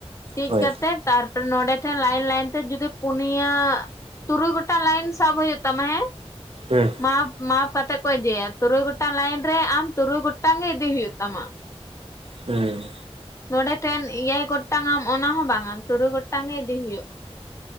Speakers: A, on the left (about 25°); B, on the right (about 60°).
A: ᱛᱤᱠ
B: ᱦᱳᱭ
A: ᱠᱟᱛᱮᱫ ᱛᱟᱨᱯᱚᱨᱮ ᱱᱚᱸᱰᱮ ᱴᱷᱮᱱ ᱞᱟᱭᱤᱱ ᱞᱟᱭᱤᱱ ᱛᱮ ᱡᱩᱫᱤ ᱯᱩᱱᱭᱟ ᱛᱩᱨᱩᱭ ᱜᱚᱴᱟᱝ ᱞᱟᱭᱤᱱ ᱥᱟᱵ ᱦᱩᱭᱩᱜ ᱛᱟᱢᱟ ᱦᱮᱸ᱾
B: ᱦᱮᱸ
A: ᱢᱟᱯ ᱢᱟᱯ ᱠᱟᱛᱮᱜ ᱠᱚ ᱤᱫᱮᱭᱟ ᱛᱩᱨᱩᱭ ᱜᱚᱴᱟᱝ ᱞᱟᱭᱤᱱ ᱨᱮ ᱟᱢ ᱛᱩᱨᱩᱭ ᱜᱚᱴᱟᱝ ᱜᱮ ᱤᱫᱤ ᱦᱩᱭᱩᱜ ᱛᱟᱢᱟ᱾
B: ᱦᱮᱸ
A: ᱱᱚᱸᱰᱮ ᱴᱷᱮᱱ ᱮᱭᱟᱭ ᱜᱚᱴᱟᱝᱟᱢ ᱚᱱᱟ ᱦᱚᱸ ᱵᱟᱝᱟ ᱛᱩᱨᱩᱭ ᱜᱚᱴᱴᱟᱝ ᱜᱮ ᱤᱫᱤ ᱦᱩᱭᱩᱜᱼᱟ᱾